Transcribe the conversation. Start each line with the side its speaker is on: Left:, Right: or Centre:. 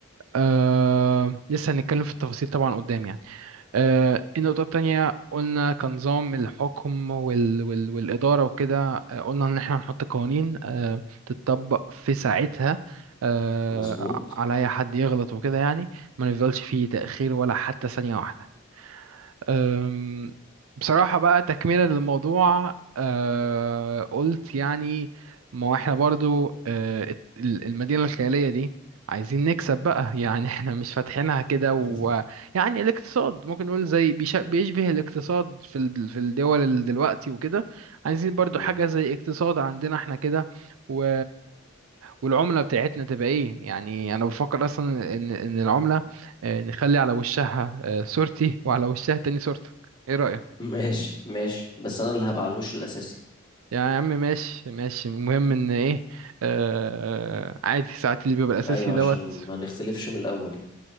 Right: أه، لسه هنتكلم في التفاصيل طبعا قدام يعني آه، النقطة التانية قلنا كنظام الحكم وال وال والإدارة وكده آه، قلنا إن إحنا هنحط قوانين آه، تتطبق في ساعتها آه،
Left: مظبوط
Right: على أي حد يغلط وكده يعني ما نفضلش فيه تأخير ولا حتى ثانية واحدة أم، بصراحة بقى تكملة للموضوع أه، قلت يعني ما هو احنا برضو أه، الت- ال- المدينة الخيالية دي عايزين نكسب بقى <laughs> يعني احنا مش فاتحينها كده ويعني
Left: <laughs>
Right: الاقتصاد ممكن نقول زي بيش- بيشبه الاقتصاد في ال- في الدول ال- دلوقتي وكده عايزين برضو
Left: مم.
Right: حاجة زي اقتصاد عندنا احنا كده و... والعملة بتاعتنا تبقى ايه يعني انا بفكر اصلا ان ان العملة آه، نخلي على وشها آه، صورتي <laughs> وعلى وشها تاني صورتك ايه رأيك
Left: ماشي ماشي بس أنا اللي هبقى على الوش الأساسي
Right: يا عم ماشي ماشي المهم ان ايه آه عادي ساعات اللي بيبقى الاساسي
Left: أيوة
Right: دوت
Left: عشان ما نختلفش من الأول يعني